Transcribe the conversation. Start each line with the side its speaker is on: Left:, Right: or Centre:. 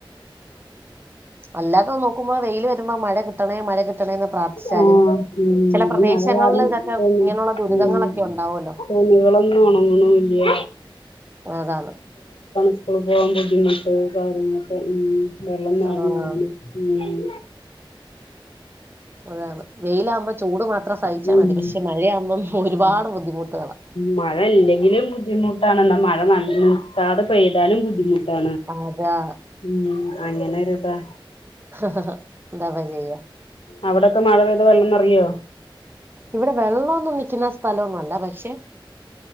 Right: അല്ലാതെ നോക്കുമ്പോൾ വെയിൽ വരുമ്പോൾ മഴ മഴ മഴ കിട്ടണേന്ന് പ്രാർത്ഥിച്ചാലും
Left: ഉം ഈ
Right: ചില പ്രദേശങ്ങളിൽ
Left: മഴ കാരണം
Right: ഇതൊക്കെ
Left: തോന്നി
Right: ഇങ്ങനെയുള്ള ദുരിതങ്ങളൊക്കെ
Left: ഉം
Right: ഉണ്ടാവുമല്ലോ
Left: തുണികളൊന്നും ഉണങ്ങണുല്ല്യ
Right: അതാണ്
Left: സ്ക്കൂൾ പോകാൻ ബുദ്ധിമുട്ട് കാര്യങ്ങളൊക്കെ ഉം, വെള്ളം നറഞ്ഞ്
Right: ആഹ്
Left: ഒഴുകും ഉം,
Right: അതാണ് വെയിൽ ആവുമ്പോ ചൂട് മാത്രം സഹിച്ചാ
Left: ഉം
Right: മതി പക്ഷെ മഴയാവുമ്പോൾ ഒരുപാട്
Left: ഉം
Right: ബുദ്ധിമുട്ടുകളാ
Left: മഴ ഇല്ലെങ്കിലും ബുദ്ധിമുട്ടാണ് മഴ നിൽക്കാതെ പെയ്താലും ബുദ്ധിമുട്ട്
Right: അതാ
Left: ഉം അങ്ങനെ ഒരു ഇതാ
Right: <inaudible> ന്താപചെയ്യാ.
Left: അവിടൊക്കെ മഴ പെയ്ത വെള്ളം നിറയോ
Right: ഇവിടെ വെള്ളന്നും വെയ്ക്കുന്ന സ്ഥലമൊന്നും അല്ല പക്ഷെ